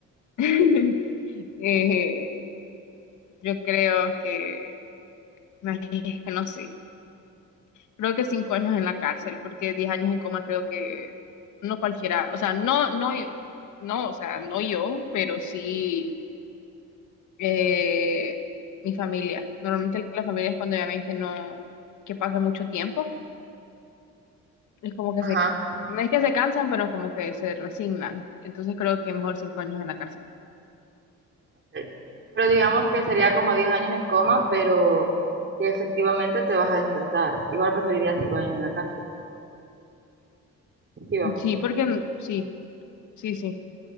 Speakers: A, on the left; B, on the right.
A: <laughs> Eh, yo creo que, ay, es que no sé, creo que cinco años en la cárcel, porque diez años en coma creo que no cualquiera, o sea, no, no, no, o sea, no yo, pero sí. eh, mi familia. Normalmente las familias cuando ya ven que no, que pasa mucho tiempo, es como que
B: Ajá.
A: se, no es que se cansan, pero como que se resignan. Entonces creo que mejor cinco años en la cárcel.
B: ok. Pero digamos que sería como diez años en coma, pero que efectivamente te vas a despertar. Igual preferiría cinco años en la cárcel. Sí, va.
A: Sí, porque n- sí, sí, sí.